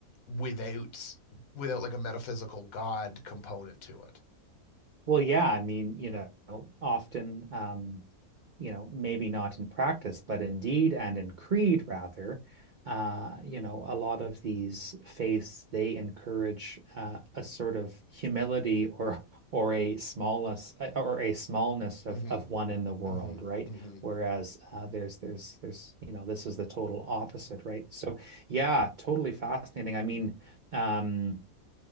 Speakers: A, on the left; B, on the right.
A: without without like a metaphysical God component to it.
B: Well, yeah, I mean, you know, often um, you know, maybe not in practice, but in deed and in creed, rather, uh, you know, a lot of these faiths, they encourage uh, a sort of humility or or a smallness uh, or a smallness of
A: hmm
B: of one in the world,
A: hmm
B: right?
A: hmm
B: Whereas uh, there's there's there's you know, this is the total opposite, right? So yeah, totally fascinating. I mean, um,